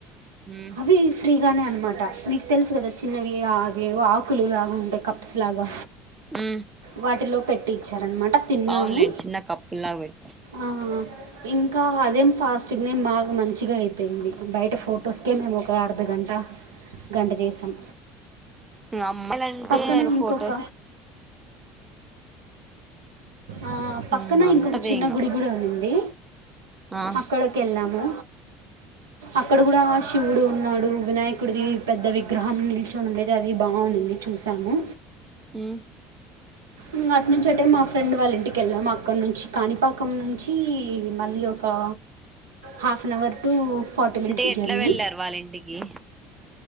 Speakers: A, on the right (about 20°); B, on the right (about 80°).
A: మ్మ్
B: అవి ఫ్రీగానే అనమాట మీకు తెలుసు కదా చిన్నవి అవి ఎవో ఆకులు లాగా ఉండే కప్స్ లాగా
A: ఉ
B: వాటిలో పెట్టి ఇచ్చారనమాట తిన్నాము
A: అవునులేండి చిన్న కప్పుల్లాగా పెడతారు
B: ఆ ఇంకా అదేం పాస్టింగ్ ఏం బాగా మంచిగా అయిపోయింది బయట ఫొటోస్ అందుకే మేము ఒక అర్ధగంట గంట చేసాం
A: ఇంకా అమ్మాలంటే
B: పక్కన
A: ఇంగ
B: ఇంకొక
A: ఫోటో
B: ఆ పక్కన
A: మ్మ్ అంతవే
B: ఇంకొక చిన్న
A: ఇంగ
B: గుడి కు గుడి కూడ ఉంది
A: ఆ
B: అక్కడికి వెళ్ళాము అక్కడ కూడా శివుడు ఉన్నాడు వినాయకుడిది పెద్ద విగ్రహం నిల్చొని ఉండేది అది బాగుంది చూసాము
A: ఉ
B: ఇంగ అటు నుంచి అటే మా ఫ్రెండ్ వాళ్ళ ఇంటికి వెళ్ళాం అక్కడి నుంచి కాణిపాకం నుంచి మళ్ళీ ఒక కా half an hour to forty మినిట్స్
A: అంటే ఎట్లా
B: జర్నీ
A: వెళ్లారు వాళ్ ఇంటికి